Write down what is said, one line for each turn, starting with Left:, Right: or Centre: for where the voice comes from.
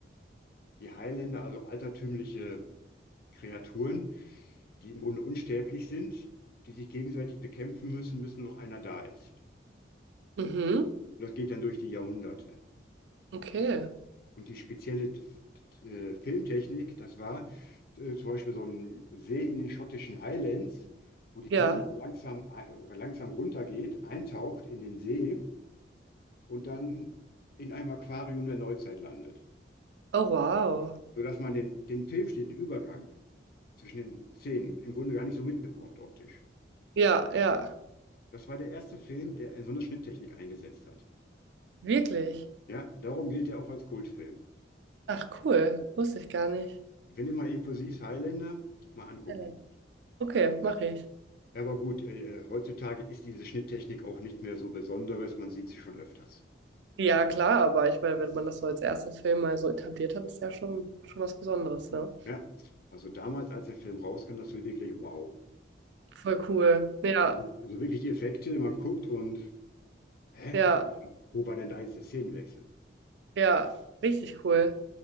Left: die Highlander, also altertümliche Kreaturen, die im Grunde unsterblich sind, die sich gegenseitig bekämpfen müssen, bis nur noch einer da ist.
Right: Mhm.
Left: Und das geht dann durch die Jahrhunderte.
Right: Okay.
Left: Und die spezielle äh, Filmtechnik, das war äh, zum Beispiel so ein See in den schottischen Highlands, wo die
Right: Ja.
Left: Kamera langsam, äh, langsam runtergeht, eintaucht in den See und dann in einem Aquarium der Neuzeit landet.
Right: Oh, wow.
Left: Sodass man den, den filmsteten Übergang zwischen den Szenen im Grunde gar nicht so mitbekommt optisch.
Right: Ja, ja.
Left: Das war der erste Film, der so eine Schnitttechnik eingesetzt hat.
Right: Wirklich.
Left: Ja, darum gilt er auch als Kultfilm.
Right: Ach, cool. Wusste ich gar nicht.
Left: Wenn ihr mal Impulsiv Highlander mal angucken.
Right: Ellen. Okay, mache ich.
Left: Ja, Aber gut, äh, äh, heutzutage ist diese Schnitttechnik auch nicht mehr so Besonderes, man sieht sie schon öfters.
Right: Ja, klar, aber ich meine, wenn man das so als erster Film mal so etabliert hat, ist ja schon, schon was Besonderes, ne?
Left: Ja, also damals, als der Film rauskam, das war wirklich wow.
Right: Voll cool. Ja,
Left: So, so wirklich Effekte, man guckt und, hä,
Right: ja,
Left: wo war denn da jetzt der Szenenwechsel?
Right: ja. Richtig cool.